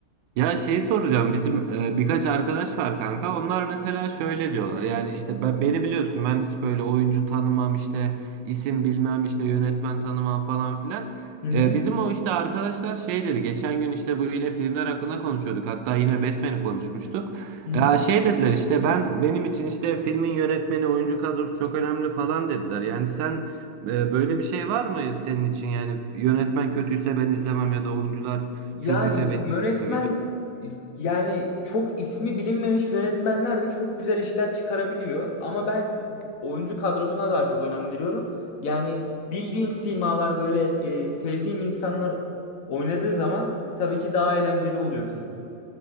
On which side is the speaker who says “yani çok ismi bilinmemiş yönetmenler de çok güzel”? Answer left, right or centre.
Left